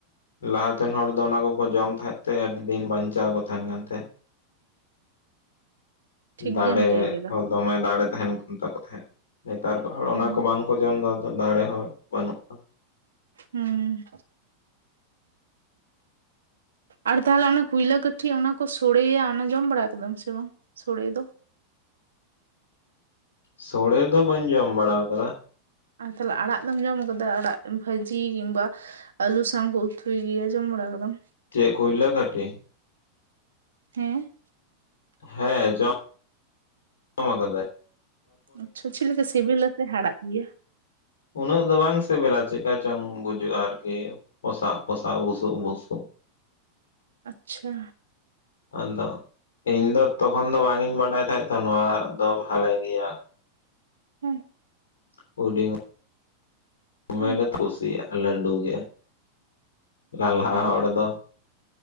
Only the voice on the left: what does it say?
ᱞᱟᱦᱟᱛᱮᱱ ᱦᱚᱲ ᱫᱚ ᱚᱱᱟ ᱠᱚᱠᱚ ᱡᱚᱢ ᱛᱟᱦᱮᱸᱫ ᱛᱮ ᱟᱹᱰᱤ ᱫᱤᱱ ᱵᱟᱧᱪᱟᱣ ᱠᱚ ᱛᱟᱦᱮᱱ ᱠᱟᱱ ᱛᱟᱦᱮᱸᱜ᱾
ᱫᱟᱲᱮ
ᱫᱚᱢᱮ ᱫᱟᱲᱮ ᱛᱟᱦᱮᱱ ᱠᱟᱱ ᱛᱟᱠᱚ ᱛᱟᱦᱮᱸᱫ, ᱱᱮᱛᱟᱨ ᱠᱚ ᱦᱚᱲ ᱚᱱᱟ
ᱠᱚ ᱵᱟᱝ ᱵᱟᱠᱚ ᱡᱚᱢ ᱮᱫᱟ ᱫᱟᱲᱮ ᱦᱚᱸ ᱵᱟᱹᱱᱩᱜᱼᱟ᱾
ᱥᱳᱲᱮ ᱫᱚ ᱵᱟᱹᱧ ᱡᱚᱢ ᱵᱟᱲᱟ ᱟᱠᱟᱫᱟ᱾
ᱪᱮᱫ ᱠᱩᱭᱞᱟᱹ ᱠᱟᱹᱴᱷᱤ?
ᱦᱮᱸ ᱡᱚᱢ ᱡᱚᱢ ᱠᱟᱹᱫᱟᱧ᱾
ᱩᱱᱟᱹᱜ ᱫᱚ ᱵᱟᱝ ᱥᱤᱵᱤᱞᱟ ᱪᱮᱠᱠᱟ ᱪᱚᱝ ᱵᱩᱡᱩᱜᱼᱟ ᱟᱨᱠᱤ᱾ ᱯᱚᱥᱟ ᱯᱚᱥᱟ ᱵᱩᱥᱩ ᱵᱩᱥᱩ᱾
ᱟᱫᱚ ᱤᱧ ᱫᱚ ᱛᱚᱠᱷᱚᱱ ᱫᱚ ᱵᱟᱝ ᱤᱧ ᱵᱟᱰᱟᱭ ᱛᱟᱦᱮᱸᱜ ᱛᱚ ᱱᱚᱣᱟ ᱫᱚ ᱵᱷᱟᱞᱮ ᱜᱮᱭᱟ᱾
<unintelligible> ᱫᱚᱢᱮ
ᱞᱮ ᱠᱩᱥᱤᱭᱟᱜᱼᱟ ᱞᱟᱹᱰᱩ ᱜᱮ ᱞᱟᱞᱦᱟ
ᱦᱚᱲ ᱫᱚ᱾